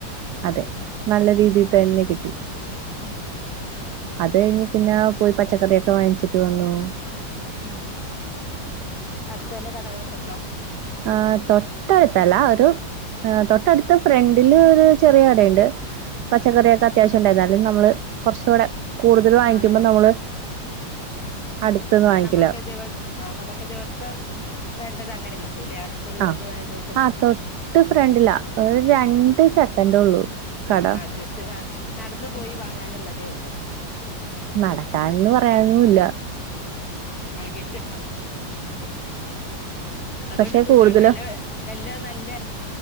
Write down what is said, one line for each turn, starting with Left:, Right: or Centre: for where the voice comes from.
Right: അതെ നല്ല രീതിയിൽ തന്നെ കിട്ടി
Left: <unintelligible>
Right: അത് കഴിഞ്ഞ് പിന്നെ പോയി പച്ചക്കറിയൊക്കെ വാങ്ങിച്ചിട്ട് വന്നു
Left: ഉം ഹം അടുത് തന്നെ കടകളൊക്കെ ഉണ്ടോ
Right: ആഹ തൊട്ടടുത്തല്ല ഒരു ആഹ തൊട്ടടുത് ഫ്രണ്ടില് ഒരു ചെറിയ കടഉണ്ട് പച്ചക്കറിയൊക്കെ അത്യാവശ്യം ഉണ്ടായി എന്നാലും നമ്മള് കുറച്ചുകൂടെ കൂടുതൽ വാങ്ങിക്കുമ്പോൾ
Left: ആ നമ്മ
Right: നമ്മള് അടുത്ത്ന്ന്
Left: ആഹ
Right: വാങ്ങിക്കില്ല
Left: നമ്മൾക്ക് ദിവ ആഹ നമ്മൾക്ക് ദിവസം വേണ്ടത് അങ്ങനെ കിട്ടൂല്ലേ അടുത്തുള്ളത്
Right: ആഹ
Left: ആയതുകൊണ്ട്
Right: ആ തൊട്ട് ഫ്രണ്ടില്ല ഒരു രണ്ട് സെക്കൻഡ ഉള്ളു കട
Left: അ ജസ്റ്റ്താ നടന് പോയി വാങ്ങാനുള്ളതേ ഉള്ളൂ
Right: നടക്കാൻന്ന് പറയാനുമില്ല
Left: ആകെ അതുകൊണ്ട്
Right: പക്ഷെ
Left: സുഖണ്
Right: കൂടുതലും
Left: നല്ല എല്ലാം നല്ല